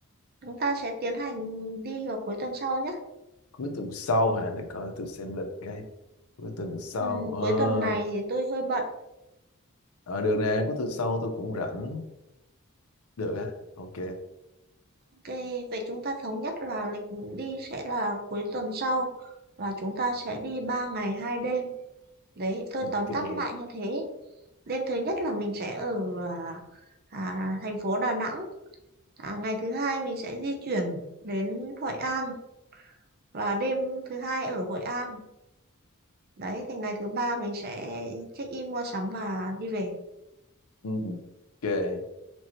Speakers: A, on the right; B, on the left.
A: chúng ta sẽ tiến hành đi vào cuối tuần sau nhá
B: cuối tuần sau hả để coi tôi xem lịch cái cuối tuần sau
A: ừ,
B: ờ
A: cuối tuần này thì tôi hơi bận
B: ờ, được nè cuối tuần sau tôi cũng rảnh được á ok
A: ok vậy chúng ta thống nhất là lịch đi sẽ là cuối tuần sau và chúng ta sẽ đi 3 ngày hai đêm đấy tôi
B: ok
A: tóm tắt lại như thế đêm thứ nhất là mình sẽ ở à, à, thành phố Đà Nẵng À, ngày thứ hai mình sẽ di chuyển đến Hội An và đêm thứ hai ở Hội An. Đấy, thì ngày thứ ba mình sẽ check in mua sắm và đi về.
B: ừ. ok